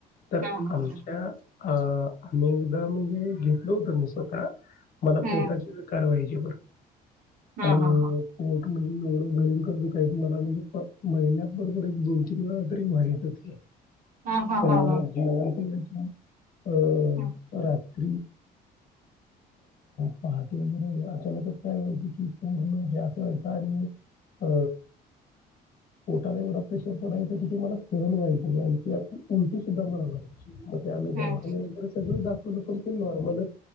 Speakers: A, on the left (about 55°); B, on the right (about 55°).
A: तर
B: हां, हां,
A: आमच्या
B: हां.
A: अ आणि एकदा म्हणजे घेतलं होतं मी स्वतः कोर्टाची
B: हं.
A: कारवाई बर
B: हां,
A: आणि
B: हां, हां.
A: म्हणजे एवढं भयंकर दुःखायच मला म्हणजे <unintelligible> महिन्यात बरोबर एक दोन तीन वेळा तरी व्हायचंच हे.
B: हां, हां,
A: पण
B: हां,
A: मग
B: हां.
A: जेवण केलं होय
B: हं,
A: रात <unintelligible> पाहटे वगैरे अचानकच काय व्हायचं कि पूर्ण गॅस व्हायचा आणि अ पोटाला एवढा प्रेशर पडायचा कि ते मला सहन व्हायच नाही आणि ते अशी उलटी सुद्धा मला व्हायची. मग ते आम्ही
B: हं.
A: दवाखाने वगैरे सगळ दाखवलं पण ते नॉर्मलच